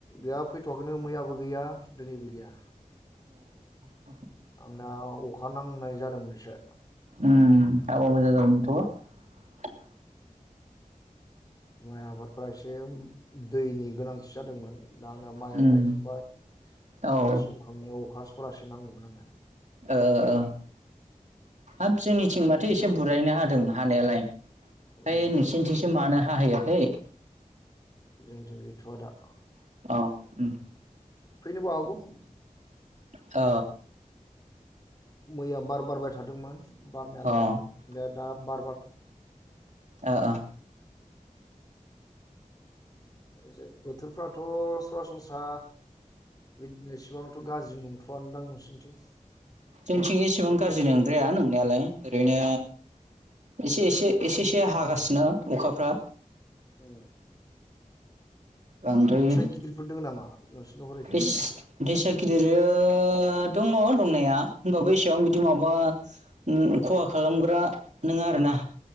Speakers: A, on the left; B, on the right.
A: गैया फैथ'वाखैनो मैयाबो गैया दिनैबो गैया।
B: अ
A: आंना अखा नांनाय जादोंमोन एसे
B: उम हाबा मोजां जागौमोन थ'
A: माइ आबादफ्रा एसे दैनि गोनांथि जादोंमोन। दा आंना माइया
B: उम
A: गायजोब्बाय
B: औ ओ
A: दा सोमखांनायाव अखा सरासे नांगौमोन आंनो।
B: ओ ओ हाब जोंनिथिंमाथो एसे बुरायैनो हादों हानायालाय।
A: उम,
B: ओइ नोंसिनिथिंसो मानो हाहैयाखै।
A: जोंनि थिं गैथ'आ दा
B: अ उम
A: फैनोबागौ।
B: ओ
A: मैया बार बारबाय थादोंमोन बारनायालाय
B: अ ओ
A: दा दा बार बारथ
B: ओ ओ
A: ओरैजाय बोथोरफ्राथ सरासनस्रा बिदनो इसेबांथ गाज्रि नंथआदां नोंसिनिथिं?
B: जोंथिं इसेबां गाज्रि नोंद्राया नोंनायालाय ओरैनो एसे एसे एसे एसे हागासिनो अखाफोरा
A: म्म
B: बांद्राय
A: गिदिरफोर दङ नामा नोंसोरनि हरैजाय
B: दैस दैसा गिदिरा आ दङ दंनाया होमबाबो एसेब बिदि माबा उम खहा खालामग्रा नङा आरो ना।